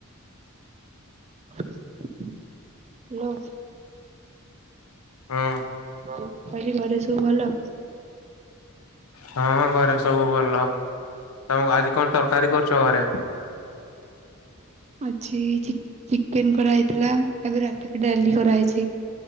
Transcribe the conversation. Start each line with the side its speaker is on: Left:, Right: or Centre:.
Right: ହାଲୋ।
Left: ହଁ।
Right: ମୁଁ କହିଲି ଘରେ ସବୁ ଭଲ।
Left: ହଁ ଘରେ ସବୁ ଭଲ ତମ ଆଜି କଣ ତରକାରୀ କରୁଛ ଘରେ।
Right: ଆଜି ଚିକ ଚିକେନ କରାହେଇଥିଲା ଏବେ ରାତିରେ ଡାଲି କରାହେଇଛି